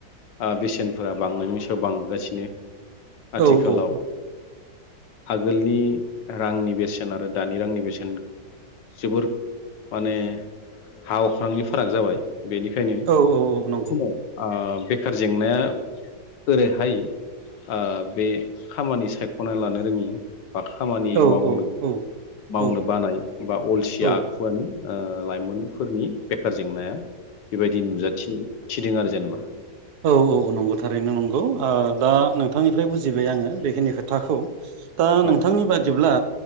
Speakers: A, on the left; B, on the right.
A: ओ बेसेनफोरा बांनायनि सायाव बांगासिनो। आथिखालाव
B: औ
A: आगोलनि रांनि बेसेन आरो दानि रांनि बेसेन जोबोर माने हा अख्रांनि फाराग जाबाय बेनिखायनो
B: औ औ नंगौ
A: समाव आ बेखार जेंनाया ओरैहाय ओ बे खामानि सायख' ख'ना लानो रोङि बा खामानि
B: औ
A: मावनो
B: औ
A: मावनो
B: औ
A: बानाय बा अलसिया
B: औ
A: आखुआनो ओ लाइमोनफोरनि बेखार जेंनाया बेबायदि नुजाथि थिदों आरो जेनेबा
B: औ औ औ नंगौ थारैनो नंगौ ओ दा नोंथांनिफ्राय बुजिबाय आङो बेखिनि खोथाखौ दा नोंथांनि
A: औ
B: बादिब्ला